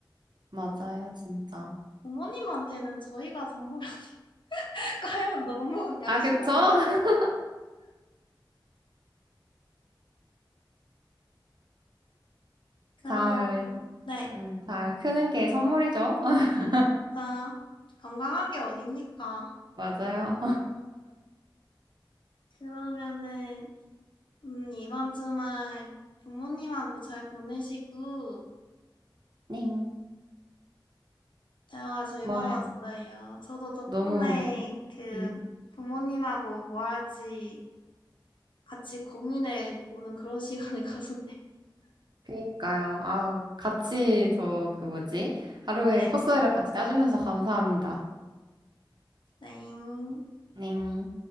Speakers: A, on the right; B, on the left.
A: 맞아요, 진짜.
B: 부모님한테는 저희가 선물할까요? <laughs> 너무 양심
A: 아, 그쵸?
B: 없나?
A: <laughs>
B: 그럼,
A: 잘,
B: 네.
A: 음, 잘 크는 게 선물이죠. <laughs>
B: 자, 건강한 게 어딥니까?
A: 맞아요.
B: 그러면은, 음, 이번 주말 부모님하고 잘 보내시고,
A: 네.
B: 대화 즐거웠어요.
A: 좋아요.
B: 저도 덕분에
A: 너무,
B: 그
A: 음,
B: 부모님하고 뭐 할지 같이 고민해 보는 그런 시간을 <laughs> 가졌네요.
A: 그니까요. 아, 같이 저 그 뭐지? 하루에
B: 네.
A: 코스를 같이 짜주셔서 감사합니다.
B: 땡.
A: 넹.